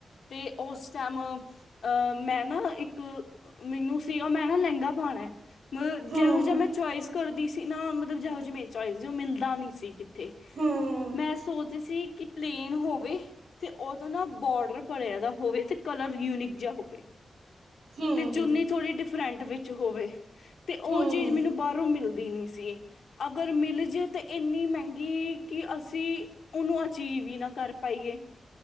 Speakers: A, on the left; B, on the right.
A: ਤੇ ਉਸ ਟਾਈਮ ਅਹ ਮੈਂ ਨਾ ਇੱਕ ਮੈਨੂੰ ਸੀਗਾ ਮੈਂ ਨਾ ਲਹਿੰਗਾ ਪਾਣਾ ਮਤਲਬ
B: ਹੂੰ
A: ਜਿਉ ਜਿਹਾ ਮੈਂ ਚੋਇਸ ਕਰਦੀ ਸੀ। ਨਾ ਮਤਲਬ ਜਿਹੋ ਜਿਹੀ ਮੇਰੀ ਚੋਇਸ ਸੀ ਉਹ ਮਿਲਦਾ ਨੀ ਸੀ। ਤੇ
B: ਹੂੰ
A: ਮੈਂ ਸੋਚਦੀ ਸੀ ਕਿ ਪਲੇਨ ਹੋਵੇ ਤੇ ਓਦਾ ਨਾ ਬੋਡਰ ਭਰਿਆ ਦਾ ਹੋਵੇ ਤੇ ਕਲਰ ਯੂਨਿਕ ਜਾ ਹੋਵੇ।
B: ਹੂੰ
A: ਤੇ ਚੁੰਨੀ ਥੋੜ੍ਹੀ ਡਿਫਰੈਂਟ ਵਿੱਚ ਹੋਵੇ ਤੇ ਉਹ
B: ਹੂੰ
A: ਚੀਜ਼ ਮੈਨੂੰ ਬਾਹਰੋਂ ਮਿਲ ਸੀ ਅਗਰ ਮਿਲ ਜੇ ਤੇ ਇੰਨੀ ਮਹਿੰਗੀ ਕਿ ਅਸੀਂ ਓਨੂੰ ਅਚੀਵ ਹੀ ਨਾ ਕਰ ਪਾਈਏ।